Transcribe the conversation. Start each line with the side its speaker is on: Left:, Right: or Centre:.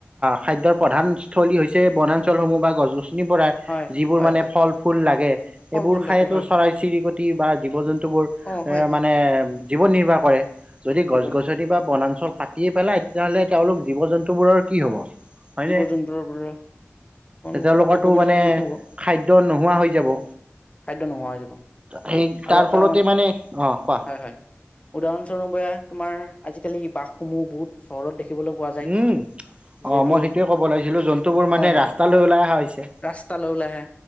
Right: খাদ্যৰ প্ৰধান স্থলী হৈছে বনাঞ্চলসমূহ বা গছ গছনি পৰা
Left: হয়
Right: যিবোৰ
Left: হয়
Right: মানে
Left: হয়
Right: ফল ফুল লাগে,
Left: ফল
Right: সেইবোৰ
Left: ফুল
Right: খাইতো
Left: লাগে হয়
Right: চৰাই
Left: হয়
Right: চিৰিকটি বা জীৱ-জন্তু বোৰ
Left: অ হয় হয়
Right: মানে
Left: হয়
Right: জীৱন নিৰ্বাহ কৰে। যদি
Left: জীৱ
Right: গছ-গছনি
Left: নিৰ্ভৰ
Right: বা বনাঞ্চল কাটিয়েই পেলাই, তেতিয়াহ'লে তেওঁলোক জীৱ-জন্তুবোৰৰ কি হ'ব? হয়নে
Left: জীৱ-জন্তুৰ পৰা। সন্মুখীন
Right: তেওঁলোকৰতো
Left: অসুবিধাৰ
Right: মানে
Left: সন্মুখীন হ'ব
Right: খাদ্য নোহোৱা হৈ যাব।
Left: খাদ্য নোহোৱা হৈ যাব
Right: সেই তাৰ
Left: আৰু এটা
Right: ফলতে মানে, অ' কোৱা?
Left: হয় হয় উদাহৰণস্বৰূপে, তোমাৰ আজিকালি বাঘসমূহ বহুত উচৰত দেখিবলৈ পোৱা যায়।
Right: উম
Left: যিহেতু
Right: অ', মই সেইোৱে ক'ব ওলাইছিলোঁ, জন্তু বোৰ
Left: হয়
Right: মানে
Left: হয়
Right: ৰাস্তালৈ
Left: হয়
Right: ওলাই অহা হৈছে।
Left: ৰাস্তালৈ ওলাই আহে,